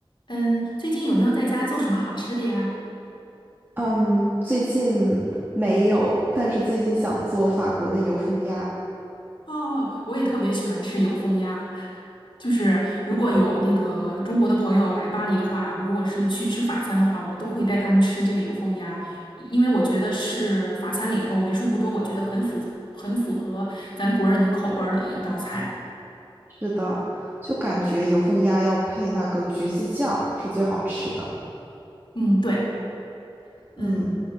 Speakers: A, on the left; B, on the right.
A: 嗯，最近有没有在家做什么好吃的呀？
B: 嗯，最近没有，但是最近想做法国的油封鸭
A: 哦，我也特别喜欢吃油封鸭，就是如果有那个中国的朋友来巴黎的话，
B: 吗？
A: 如果是去吃法餐的话，我都会带他们吃这个油封鸭，因为我觉得是法餐里头为数不多，我觉得很符很符合咱国人的口味儿的一道菜。
B: 是的，就感觉油封鸭要配那个橘子酱是最好吃的。
A: 嗯，对，嗯
B: 嗯，